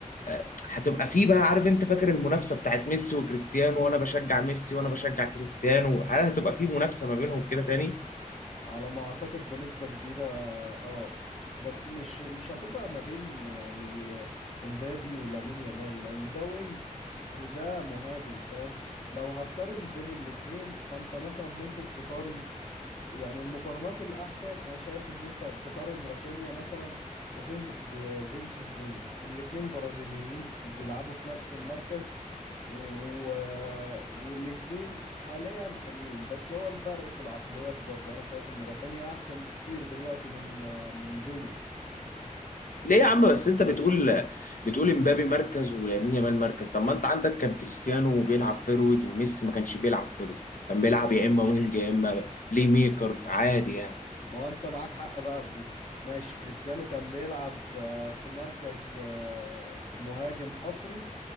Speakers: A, on the left; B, on the left.
A: آه، هتبقى فيه بقى عارف انت فاكر المنافسه بتاعت ميسي وكريستيانو وانا بشجع ميسي وانا بشجع كريستيانو هل هتبقى فيه منافسه ما بينهم كده تاني
B: على ما اعتقد بنسبه كبيره اه بس مش مش هتبقى ما بين يعني امبابي ولامين يامال لان ده وينج وده مهاجم فاهم لو هتقارن بين الاتنين فانت مثلا ممكن تقارن يعني المقارنات الأحسن أنا شايف إن أنت تقارن رافينيا مثلا بفين بفينسوس جونيور الاتنين برازيليين وبيلعبوا في نفس المركز و... والاتنين حاليا حلوين بس هو الفرق في العقليات برضو أنا شايف إن رافينيا أحسن بكتير دلوقتي من من جونيور
A: ليه يا عم بس انت بتقول بتقول امبابي مركز ولامين يامال مركز طب ما انت عندك كان كريستيانو بيلعب فيرود وميسي ما كانش بيلعب فيرود كان بيلعب يا اما وينج يا اما بلاي ميكر عادي يعني
B: ما هو أنت معاك حق بقى في دي ماشي كريستيانو كان بيلعب آه، في مركز آه، مهاجم حصري